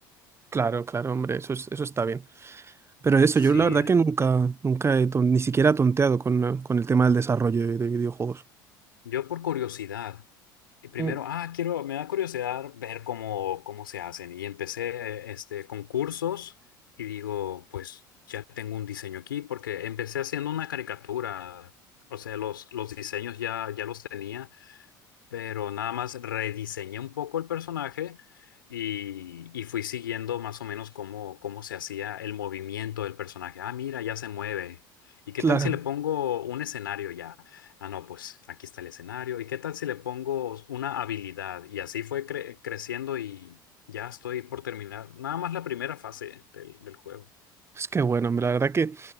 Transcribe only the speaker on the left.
Sí,
Yo por curiosidad, y primero,
ah, quiero, me da curiosidad ver cómo, cómo se hacen. Y empecé este, con cursos y digo, pues ya tengo un diseño aquí porque empecé haciendo una caricatura. O sea, los, los diseños ya, ya los tenía pero nada más rediseñé un poco el personaje y, y fui siguiendo más o menos cómo, cómo se hacía el movimiento del personaje. Ah, mira, ya se mueve. ¿Y qué
tal si le pongo un escenario ya? Ah, no, pues aquí está el escenario. ¿Y qué tal si le pongo una habilidad? Y así fue cre- creciendo y ya estoy por terminar. Nada más la primera fase del, del juego.